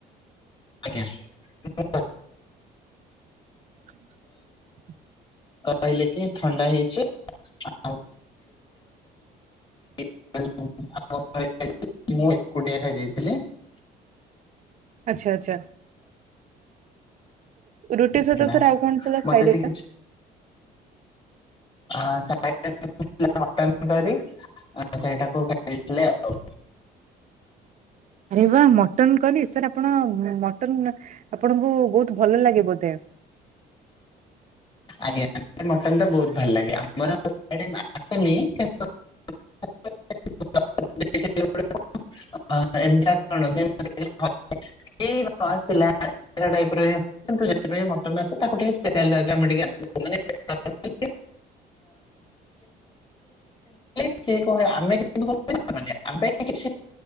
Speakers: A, on the left; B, on the right.
A: ଆଜ୍ଞା ହଁ <inaudible>
B: <inaudible>
A: ହଲେ କି ଥଣ୍ଡା ହେଇଛି <unintelligible> <inaudible> ମୁଁ ଏକୁଟିଆ ଖାଇ ଦେଇେଇଥିଲି <unintelligible>
B: ଆଚ୍ଛା ଆଚ୍ଛା ରୁଟି ସହିଁତ
A: ହେଲା
B: ସାର ଆଉ କଣ ତାଥିଲା ଖାଇଲେ
A: ମତେ ଟିକେ
B: ଟା?
A: ହଁ <unintelligible> ମଟନ କରି ସେଟାକୁ ଖାଇଥିଲେ ଆଉ <unintelligible>
B: ଆରେ ବା ମଟନ୍ କରୀ ସାର୍ ଆପଣ ମଟନ ଆପଣଙ୍କୁ ବହୁତ ଭଲ ଲାଗେ ବୋଧେ।
A: ଆଜ୍ଞା ମକନ୍ ତ ବହୁତ ଭଲ ଲାଗେ ଆମର ଆସେନି କିନ୍ତୁ <unintelligible> <inaudible> ଏଣ <unintelligible> <inaudible> ଏଇଁସିଲ ଏ ଟାଇପ୍ର <inaudible> ମଟନ୍ସ ତାକୁ ଟିକେ ସ୍ ଆମେ ଟିକେ
B: ହ
A: <unintelligible>
B: <inaudible>
A: ଆମେ <unintelligible> <inaudible> ଆ ପାଇଁ କିଛି